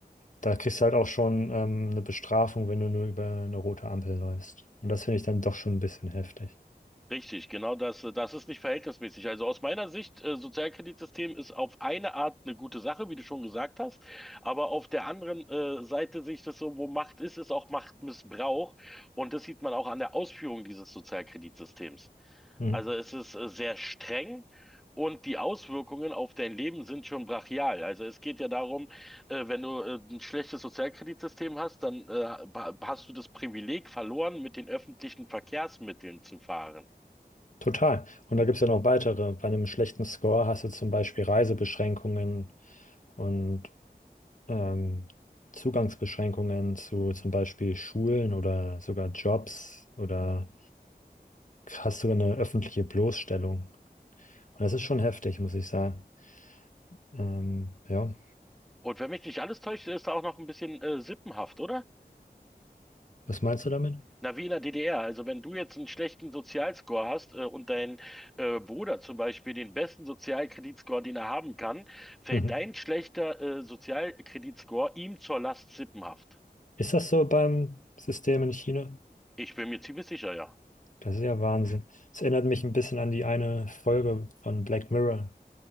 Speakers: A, on the left (about 50°); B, in the centre.
A: da kriegst du halt auch schon ähm, eine Bestrafung, wenn du nur über eine rote Ampel läufst. Und das finde ich dann doch schon ein bisschen heftig.
B: Richtig, genau das, äh, das ist nicht verhältnismäßig. Also aus meiner Sicht, äh, Sozialkreditsystem ist auf eine Art eine gute Sache, wie du schon gesagt hast, aber auf der anderen äh, Seite sehe ich das so, wo Macht ist, ist auch Machtmissbrauch und das sieht man auch an der Ausführung dieses Sozialkreditsystems.
A: Mhm.
B: Also es ist äh, sehr streng und die Auswirkungen auf dein Leben sind schon brachial. Also es geht ja darum, äh, wenn du äh, ein schlechtes Sozialkreditsystem hast, dann äh, ba- hast du das Privileg verloren, mit den öffentlichen Verkehrsmitteln zu fahren.
A: Total. Und da gibt es ja noch weitere. Bei einem schlechten Score hast du zum Beispiel Reisebeschränkungen und ähm, Zugangsbeschränkungen zu zum Beispiel Schulen oder sogar Jobs oder hast sogar eine öffentliche Bloßstellung. Und das ist schon heftig, muss ich sagen. Ähm, ja,
B: Und wenn mich nicht alles täuscht, ist da auch noch ein bisschen äh, sippenhaft, oder?
A: was meinst du damit?
B: Na, wie in der DDR. Also wenn du jetzt einen schlechten Sozialscore hast äh, und dein äh, Bruder zum Beispiel den besten Sozialkreditscore, den er haben kann, fällt
A: Mhm.
B: dein schlechter äh, Sozialkreditscore ihm zur Last sippenhaft.
A: Ist das so beim System in China?
B: Ich bin mir ziemlich sicher, ja.
A: Das ist ja Wahnsinn. Es erinnert mich ein bisschen an die eine Folge von Black Mirror.